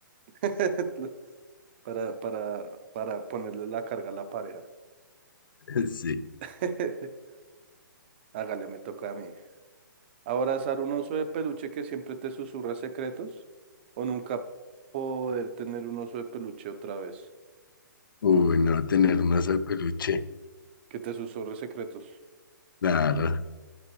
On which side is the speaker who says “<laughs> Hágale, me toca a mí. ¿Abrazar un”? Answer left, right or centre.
Right